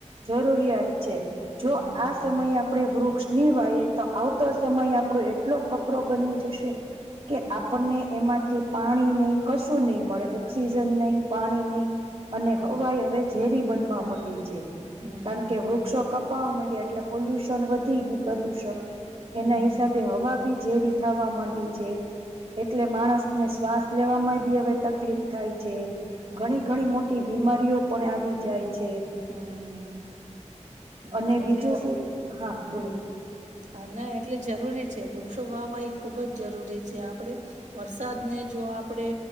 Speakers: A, on the right (about 50°); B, on the right (about 75°).
A: જરૂરિયાત છે. જો
B: હમ
A: આ સમયે આપડે વૃક્ષ નિવાઈ એ તો આવતો સમય આપડો એટલો કપરો બની જશે કે
B: હમ
A: આપણને એમાંથી પાણી નઈ કશું ની મળે. ઓક્સિજન નઈ, પાણી નઈ અને હવાઈ હવે ઝેરી બનવા મંડી છે.
B: હમ હમ હમ
A: કારણ
B: હમ
A: કે વૃક્ષો કપાવા મંડ્યા એટલે પોલ્યુશન વધી ગયું પ્રદુષણ
B: હમ હમ
A: એના
B: હમ
A: હિસાબે હવા ભી ઝેરી થવા મંડી છે. એટલે માણસને શ્વાસ લેવામાય ભી હવે તકલીફ થાય છે.
B: હમ
A: ઘણી
B: હમ
A: ઘણી મોટી બીમારીઓ પણ આવી જાય છે.
B: હમ હમ હમ
A: અને
B: એટલે
A: બીજું શું. હા, બોલો.
B: હમ હા ના <unintelligible> છે. વૃક્ષો વાવા ખુબ જ જરૂરી છે. આ આપડે વરસાદને જો આપડે